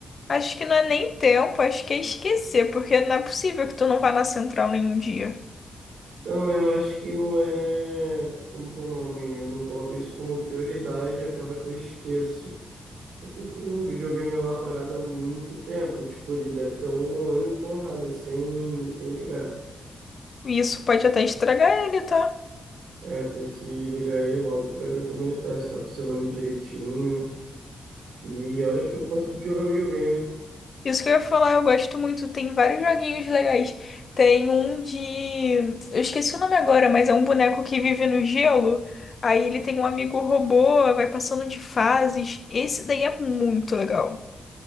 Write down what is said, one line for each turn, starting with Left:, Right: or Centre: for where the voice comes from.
Left: Acho que não é nem tempo, acho que é esquecer, porque não é possível que tu não vá na central nenhum dia.
Right: Então, eu acho que não é. Como que é o nome? Eu não coloco isso como prioridade e acaba que eu esqueço. Eu tô com o videogame lá parado há muito tempo, tipo, ele deve estar um ano e porrada, sem, sem ligar.
Left: E isso pode até estragar ele, tá?
Right: É, eu tenho que ligar ele logo pra ver como ele tá, se tá funcionando direitinho. E olha que eu gosto de jogar videogame, hein?
Left: Isso que eu ia falar, eu gosto muito. Tem vários joguinhos legais. Tem um de. Eu esqueci o nome agora, mas é um boneco que vive no gelo. Aí ele tem um amigo robô, vai passando de fases. Esse daí é muito legal.